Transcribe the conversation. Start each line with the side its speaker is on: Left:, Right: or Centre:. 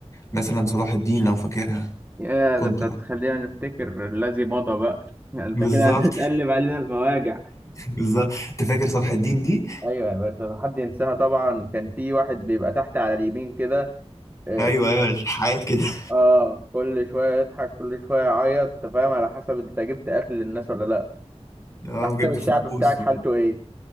Left: مثلا صلاح الدين لو فاكرها
Right: يا
Left: كنت
Right: ده انت تخلينا نفتكر الذي مضى بقى <laughs> انت
Left: بالظبط
Right: كده هتقلب
Left: <laughs>
Right: علينا المواجع
Left: بالظبط انت فاكر صلاح الدين دي
Right: ايوه يا باشا لو حد ينساها طبعا كان في واحد بيبقى تحت على اليمين كده اه
Left: ايوه ايوه حاجات كده <laughs>
Right: آه، كل شويه يضحك كل شويه يعيط انت فاهم على حسب انت جبت اكل للناس ولا لا
Left: اه
Right: على
Left: وجبت
Right: حسب الشعب
Left: فلوس
Right: بتاعك حالته ايه